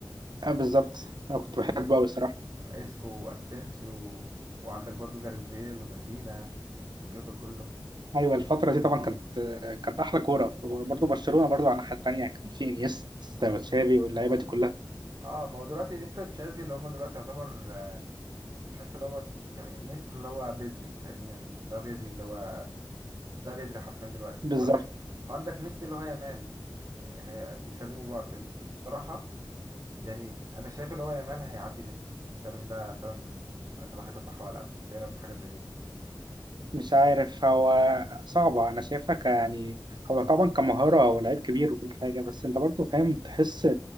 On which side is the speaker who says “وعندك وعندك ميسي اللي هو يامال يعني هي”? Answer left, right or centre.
Right